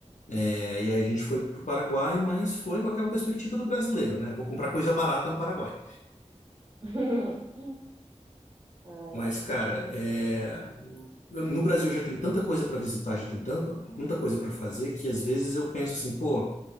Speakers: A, on the left; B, on the right.
A: é, e aí a gente foi para o Paraguai, mas foi com aquela perspectiva do brasileiro, né? Vou comprar coisa barata no Paraguai.
B: <laughs> Ai,
A: Mas,
B: ai.
A: cara, é, no Brasil já tem tanta coisa para visitar, já tem tanta, tanta coisa para fazer, que às vezes eu penso assim, pô,